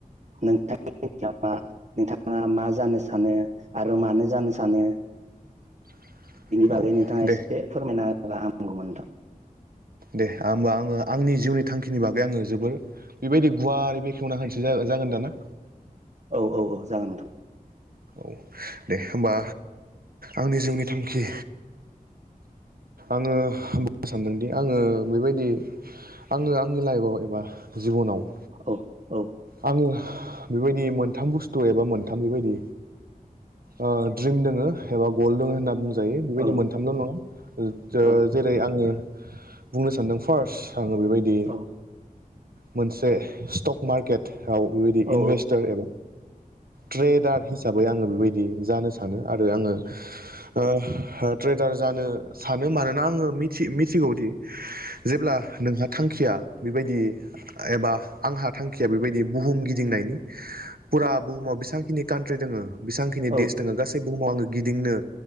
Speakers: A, on the right; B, on the right.
A: नोंथां <unintelligible> नोंथाङा मा जानो सानो आरो मानो जानो सानो
B: <unintelligible>
A: बिनि
B: औ
A: बागै नोंथाङा
B: दे
A: एसे फोरमायना होबा हामगौमोन नोंथां
B: दे आमबा आङो आंनि जिउनि थांखिनि बागै आङो जोबोर बेबायदि गुवारै बेखेवना होनोसै जा-जागोन दाना
A: औ औ औ जागोन नोंथां
B: औ दे होमबा आंनि जिउनि थांखि आङो बुंनो सानदोंदि आङो बेबायदि आङो आंनि लाइफआव एबा जिबनाव
A: औ औ
B: आङो बेबायदि मोनथाम बुस्थु एबा मोनथाम बेबायदि ओ द्रिम दङो एबा गल्ड दङ होनना बुंजायो बेबायदि
A: औ
B: मोनथामल' नङा ओ ओ
A: औ
B: जेरै- आङो बुंनो सानदों फार्स्ट आङो बेबायदि
A: औ
B: मोनसे स्टक मार्केट आव बेबायदि
A: औ
B: इनभेस्टार एबा ट्रेडार हिसाबै आङो बेबायदि जानो सानो आरो आङो ओ ओ ट्रेडार जानो सानो मानोना आङो मिथि-मिथिगौदि जेब्ला नोंहा थांखिया बेबायदि एबा आंहा थांखिया बेबायदि बुहुम गिदिंनायनि फुरा बुहुमाव बेसेबांखिनि कान्ट्रि दङ बेसेांखिनि
A: औ
B: देस दङ गासै बुहुमाव आङो गिदिंनो